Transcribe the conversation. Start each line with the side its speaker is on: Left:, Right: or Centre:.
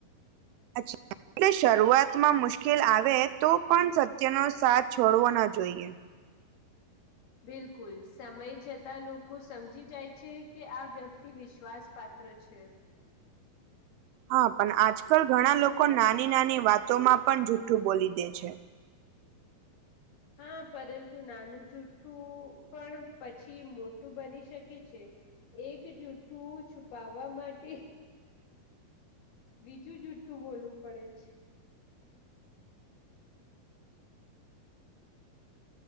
Right: અચ્છા એટલે શરૂઆત માં મુશ્કેલ આવે, તો પણ સત્યનો સાથ છોડવો ન જોઈએ.
Left: બિલકુલ સમય જતા લોકો સમજી જાય છે, કે આ વ્યક્તિ વિશ્વાસ પાત્ર છે.
Right: હા પણ આજકાલ ઘણા લોકો નાની- નાની વાતોમાં પણ જુઠું બોલી દે છે.
Left: હા પરંતુ નાનું જુઠું પણ પછી મોટું બની શકે છે. એક જૂઠ્ઠ છુપાવવા માટે બીજું જુઠું બોલવું પડે છે.